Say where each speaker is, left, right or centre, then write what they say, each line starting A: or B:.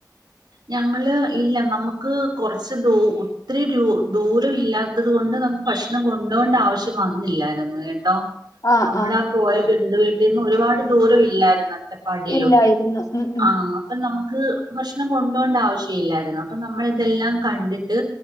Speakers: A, on the right; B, on the left.
A: ഞങ്ങള് ഇല്ലാ നമ്മക്ക് കൊറച്ച് ദൂ ഒത്തിരി രു ദൂരവില്ലാ ത്തത് കൊണ്ട് നമുക്ക് ഭക്ഷണം കൊണ്ടോണ്ട ആവശ്യം വന്നില്ലായിരുന്നു കേട്ടോ
B: ആ
A: നമ്മളാ
B: ആ
A: പോയ ബന്ധുവീട്ടിന്ന് ഒരുപാട് ദൂരം ഇല്ലായിര്ന്ന് അട്ടപ്പാടിയിലോണ്ട്
B: ഇല്ലായിരുന്നു ഉം ഉം
A: ആഹ് അപ്പൊ നമ്മക്ക് ഭഷ് ഭക്ഷണം കൊണ്ടോണ്ട ആവശ്യം ഇല്ലായിരുന്നു അപ്പൊ നമ്മള് ഇതെല്ലാം കണ്ടിട്ട്